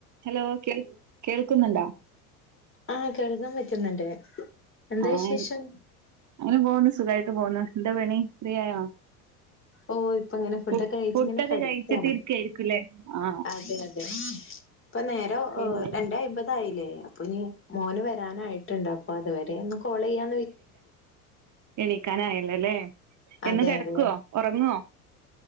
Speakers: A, on the right; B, on the left.
A: ഹലോ കേൾ കേൾക്കുന്നുണ്ടോ
B: ആഹ് കേൾക്കാൻ പറ്റുന്നുണ്ട് എന്താ
A: ആ
B: വിശേഷം
A: ഹ്അങ്ങനെ പോന്നു സുഖമായിട്ട് പോന്നു എന്താ പണി ഫ്രീ ആയോ
B: ഓ ഇപ്പൊ ഇങ്ങനെ ഫുഡൊക്കെ
A: ഫു
B: കഴച്ച്
A: ഫുഡൊക്കെ
B: ഇങ്ങനെ കടക്കാണ്
A: കഴിച്ചിട്ട് ഇരിക്കായിരിക്കുംല്ലേ ആ
B: അതെ അതെ ഇപ്പൊ നേരോ
A: പിന്നെ
B: രണ്ടേആയിമ്പത് അപ്പൊ ഇനി മോന് വരാനായിട്ടുണ്ട്. അപ്പോ അതുവരെ ഒന്നും കോൾ ചെയ്യാ
A: എണീക്കാനായല്ലല്ലേ ഇനി
B: അതെ
A: കിടക്കോ
B: അതെ
A: ഉ റങ്ങോ